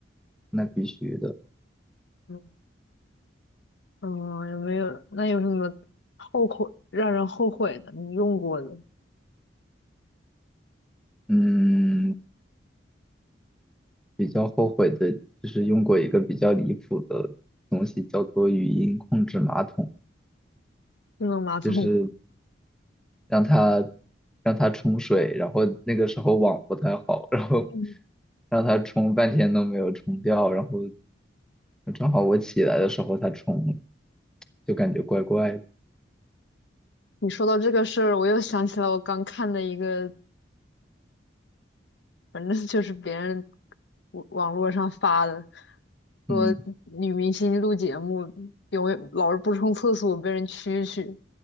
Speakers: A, in the centre; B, on the left (about 70°).
A: 那必须的。
B: 嗯嗯，有没有？那有什么后悔让人后悔的？你用过的
A: 嗯，比较后悔的就是用过一个比较离谱的东西，叫做语音控制马桶，
B: 智能马桶？
A: 就是让它让它冲水，然后那个时候网不太好，然后
B: 嗯，
A: 让它冲半天都没有冲掉，然后正好我起来的时候它冲了就感觉怪怪的。
B: 你说到这个事儿，我又想起来我刚看的一个反正 <laughs> 就是别人网网络上发的，说女明星录节目永远老是不冲厕所被人蛐蛐，
A: 嗯，